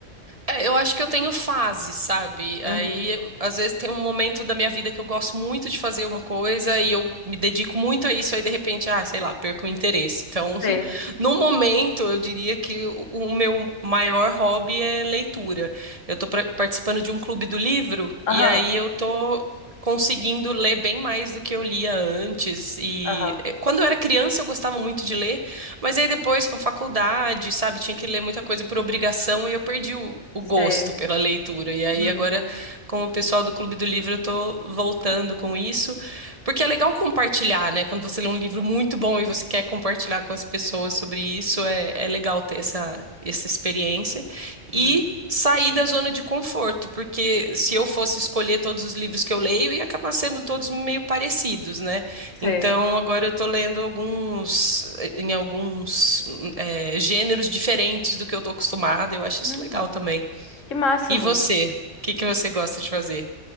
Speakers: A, on the right (about 30°); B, on the left (about 85°).
A: É, eu acho que eu tenho fase, sabe?
B: Uhum.
A: Aí, eu- às vezes, tem um momento da minha vida que eu gosto muito de fazer uma coisa e eu me dedico muito a isso, aí, de repente, ah, sei lá, perco o interesse. Então, <laughs>
B: Sei.
A: no momento, eu diria que o, o meu maior hobby é leitura. Eu tô pra- participando de um clube do livro e
B: Aham,
A: aí eu tô. Conseguindo ler bem mais do que eu lia antes. E
B: aham.
A: eh, quando eu era criança, eu gostava muito de ler. Mas aí depois, com faculdade, sabe, tinha que ler muita coisa por obrigação e eu perdi o, o
B: Sei.
A: gosto pela leitura. E aí
B: Hum,
A: agora, com o pessoal do Clube do Livro, eu tô voltando com isso, porque é legal compartilhar, né? Quando você lê um livro muito bom e você quer compartilhar com as pessoas sobre isso, é, é legal ter essa, essa experiência. E
B: uhum.
A: sair da zona de conforto, porque se eu fosse escolher todos os livros que eu leio, ia acabar sendo todos meio parecidos, né?
B: Sei.
A: Então, agora eu tô lendo alguns, em alguns é, gêneros diferentes do que eu tô acostumada. Eu acho
B: Hum,
A: isso legal também.
B: que máximo.
A: E você? O que que você gosta de fazer?